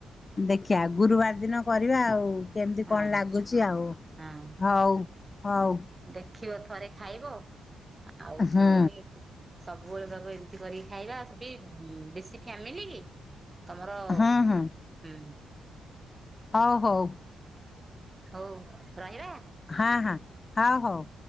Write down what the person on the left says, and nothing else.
ଦେଖିବା ଗୁରୁବାର ଦିନ କରିବା ଆଉ। କେମିତି
କଣ ଲାଗୁଚି ଆଉ?
ହଉ, ହଉ,।
ହୁଁ
ହୁଁ ହୁଁ
ହଉ ହଉ।
ହଁ, ହଁ, ହଉ ହଉ।